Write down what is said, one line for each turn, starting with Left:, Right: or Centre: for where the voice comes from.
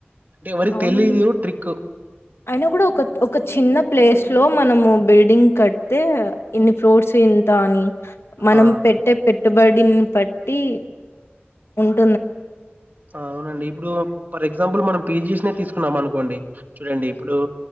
Right: అంటే ఎవరికి
Left: అవునండి
Right: తెలీదు ట్రిక్
Left: అయినా కూడ ఒక ఒక చిన్న ప్లేస్ లొ మనము బిల్డింగ్ కడితే ఇన్ని ఫ్లోర్స్ ఇంత అని మనం
Right: ఆ
Left: పెట్టే పెట్టుబడిని బట్టి <unintelligible>
Right: అవునండి ఇప్పుడు ఫర్ ఎగ్జాంపుల్ మనం పీజిస్ లొ తీసుకున్నాం అనుకోండి చూడండి ఇప్పుడు